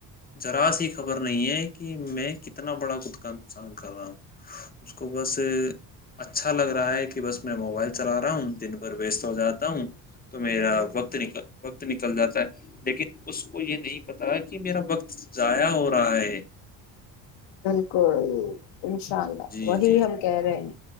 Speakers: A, on the left; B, on the left.
A: ذرا سی خبر نہیں ہے کہ میں۔۔ کتنا بڑا نقصان کر رہا ہوں۔ اس کو بس اچھا لگ رہا ہے کہ بس۔ میں موبائل چلا رہا ہوں جن بھر ویسٹ ہو جاتا ہوں تو میرا وقت نکل۔۔ وقت نکل جاتا ہے لیکن اس کو یہ نہیں پتہ کہ میرا وقت ضائع ہو رہا ہے۔۔
B: بلکل۔۔۔ انشاءاللہ
A: جی
B: وہی
A: جی
B: ہم کہہ رہے ہیں۔۔